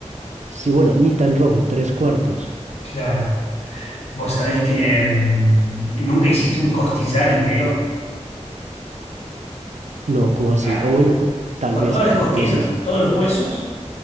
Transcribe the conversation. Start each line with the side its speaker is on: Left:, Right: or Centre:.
Right: Sí, bueno, ni tan rojo, tres cuartos.
Left: Claro. Vos sabés que mm, nunca hiciste un costillar entero,
Right: No, ¿cómo así?
Left: Ah,
Right: O bueno, co- tal
Left: con
Right: vez,
Left: todas
Right: pero
Left: las costillas,
Right: ¿cómo es eso?
Left: todos los huesos.